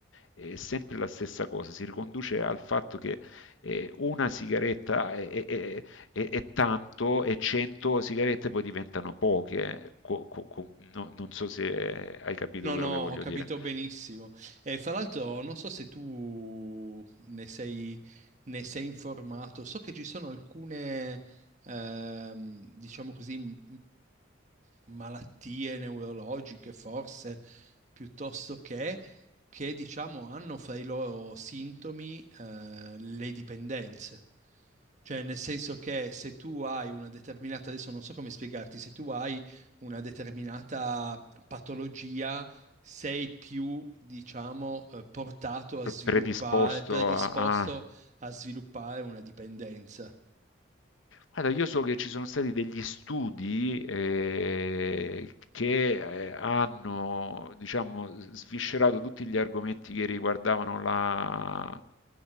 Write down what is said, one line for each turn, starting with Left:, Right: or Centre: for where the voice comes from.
Left: è sempre la stessa cosa, si riconduce al fatto che eh, una sigaretta è, è- è- è tanto e 100 sigarette poi diventano poche. eh, Co- co- co- no- non so se hai capito
Right: No,
Left: quello
Right: no,
Left: che voglio
Right: ho capito
Left: dire.
Right: benissimo. E fra l'altro, non so se tu ne sei, ne sei informato, so che ci sono alcune, ehm, diciamo così, m- malattie neurologiche, forse, piuttosto che, che diciamo hanno fra i loro sintomi eh, le dipendenze. Cioè, nel senso che se tu hai una determinata, adesso non so come spiegarti, se tu hai una determinata patologia, sei più, diciamo, eh, portato a sviluppare,
Left: Predisposto
Right: predisposto
Left: a... a-
Right: a sviluppare una dipendenza.
Left: Guarda, io so che ci sono stati degli studi eh, che eh, hanno, diciamo, sviscerato tutti gli argomenti che riguardavano la,